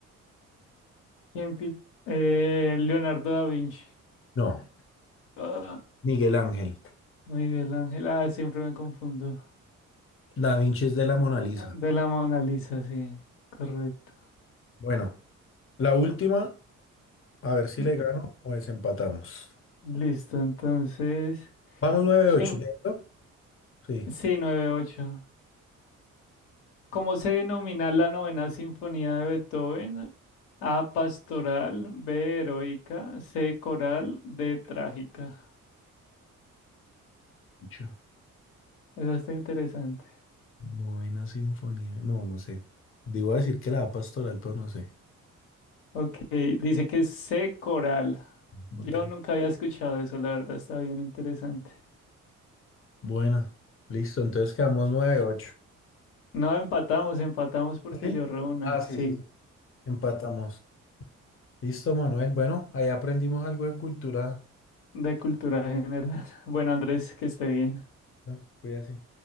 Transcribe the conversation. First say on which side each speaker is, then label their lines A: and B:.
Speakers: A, on the left; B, on the left.
A: ¿Quién pi- eh, Leonardo da Vinci.
B: No,
A: Ah,
B: Miguel Ángel.
A: Miguel Ángel. Ah, siempre me confundo.
B: Da Vinci es de la Mona Lisa.
A: Ah, De la Mona Lisa, sí. Correcto.
B: Bueno, la última. A ver si
A: Y-
B: le gano o desempatamos.
A: Listo, entonces.
B: Vamos nueve
A: ¿Quién?
B: ocho. ¿cierto? Sí.
A: Sí, nueve ocho. ¿Cómo se denomina la novena sinfonía de Beethoven? A, pastoral, B, heroica, C, coral, D, trágica.
B: Mucho.
A: Eso está interesante.
B: Novena sinfonía. No, no sé. Digo a decir que la da pastoral, pero no sé.
A: Ok, dice que es C, coral. Yo
B: No tengo.
A: nunca había escuchado eso, la verdad está bien interesante.
B: Bueno, listo, entonces quedamos nueve ocho.
A: No empatamos, empatamos porque
B: ¿Sí?
A: yo reúna,
B: Ah, sí,
A: sí,
B: sí. Empatamos. Listo, Manuel. Bueno, ahí aprendimos algo de cultura,
A: de cultura general. <laughs> Bueno, Andrés, que esté bien.
B: ¿no? Cuídate.